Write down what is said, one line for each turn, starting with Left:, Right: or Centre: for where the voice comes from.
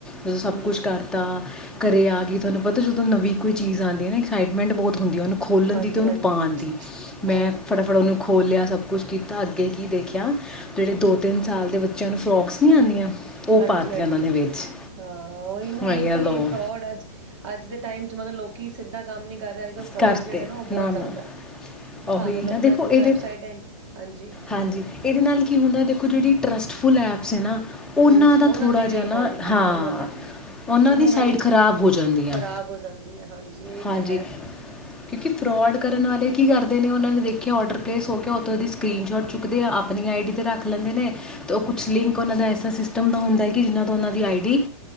Centre: ਜਦੋਂ ਸਭ
Right: ਹੂੰ
Centre: ਕੁਛ ਕਰਤਾ ਘਰੇ ਆ ਗਈ ਤੁਹਾਨੂੰ ਪਤਾ ਜਦੋਂ ਨਵੀਂ ਕੋਈ ਚੀਜ਼ ਆਉਂਦੀ ਹੈ ਨਾ ਐਕਸਾਈਟਮੈਂਟ ਬਹੁਤ ਹੁੰਦੀ ਹੈ ਉਨਾਂਨੂੰ ਖੋਲਣ
Right: ਹਾਂਜੀ,
Centre: ਦੀ ਅਤੇ ਉਹਨੂੰ
Right: ਹਾਂਜੀ
Centre: ਪਾਉਣ ਦੀ ਮੈਂ
Right: ਹੋਰ ਕੀ
Centre: ਫਟਾਫਟ ਉਹਨੂੰ ਖੋਲ੍ਹਿਆ ਸਭ ਕੁਛ ਕੀਤਾ ਅੱਗੇ ਕੀ ਦੇਖਿਆ ਜਿਹੜੇ ਦੋ ਤਿੰਨ ਸਾਲ ਦੇ ਬੱਚਿਆਂ ਨੂੰ ਫਰੋਕਸ ਨਹੀਂ ਆਉਂਦੀਆਂ ਉਹ
Right: ਹਾਂਜੀ-ਹਾਂਜੀ
Centre: ਪਾਤੀਆਂ ਉਹਨਾਂ ਨੇ ਵਿੱਚ
Right: ਹਾਂ ਉਹੀ ਨਾ
Centre: ਮੈਂ
Right: ਇ
Centre: ਕਿਹਾ
Right: ਤਾਂ
Centre: ਲਓ
Right: ਫਰੋਡ ਅਜ ਅੱਜ ਦੇ ਟਾਈਮ ਚ ਮਤਲਬ ਲੋਕੀ ਸਿੱਧਾ ਕੰਮ ਨੀ ਕਰ ਰਹੇ ਅੱਜ ਕੱਲ੍ਹ ਫਰੋਡ
Centre: ਕਰਤੇ
Right: ਜਿਹੜੇ ਨਾ ਉਹ ਬਹੁਤ
Centre: ਨਾ-ਨਾ
Right: ਜ਼ਿਆਦਾ ਹੈ।
Centre: ਉਹੀ
Right: ਸਾਨੂੰ ਲੱਗਦਾ
Centre: ਨਾ ਦੇਖੋ
Right: ਜਦੋਂ
Centre: ਇਹਦੇ,
Right: ਵੈਬਸਾਈਟ ਹੈ ਹਾਂਜੀ
Centre: ਹਾਂਜੀ ਇਹਦੇ ਨਾਲ ਕੀ ਹੁੰਦਾ ਦੇਖੋ ਜਿਹੜੀ ਟਰਸਟਫੁਲ ਐਪ ਸ ਐ ਨਾ
Right: ਹੂੰ, ਉਹਨਾਂ
Centre: ਦਾ ਥੋੜ੍ਹਾ
Right: ਦੀ
Centre: ਜਿਹਾ
Right: ਵੀ
Centre: ਨਾ
Right: ਹਾਂਜੀ
Centre: ਹਾਂ
Right: ਉਹਨਾਂ ਦਾ ਵੀ ਉਹਨਾਂ
Centre: ਦੀ ਸਾਈਡ
Right: ਦਾ ਵੀ
Centre: ਖਰਾਬ
Right: ਖ
Centre: ਹੋ ਜਾਂਦੀ
Right: ਖ਼ਰਾਬ
Centre: ਆ
Right: ਹੋ ਜਾਂਦੀ ਹੈ ਹਾਂਜੀ ਇਹੀ
Centre: ਹਾਂਜੀ
Right: ਤਾਂ ਹੈ
Centre: ਕਿਉਂਕਿ ਫਰੋਡ ਕਰਨ ਵਾਲੇ ਕੀ ਕਰਦੇ ਨੇ ਉਹਨਾਂ ਨੇ ਦੇਖਿਆ ਔਡਰ ਪਲੇਸ ਹੋ ਕੇ ਉਥੋਂ ਉਹਦੀ ਸਕਰੀਨ ਸ਼ੋਟ ਚੁੱਕਦੇ ਆ ਆਪਣੀ ਆਈ ਡੀ 'ਤੇ ਰੱਖ ਲੈਂਦੇ ਨੇ ਅਤੇ ਉਹ ਕੁਛ ਲਿੰਕ ਉਹਨਾਂ ਦਾ ਐਸਾ ਸਿਸਟਮ ਦਾ ਹੁੰਦਾ ਕਿ ਜਿਨਾਂ ਤੋਂ ਉਹਨਾਂ ਦੀ ਆਈ ਡੀ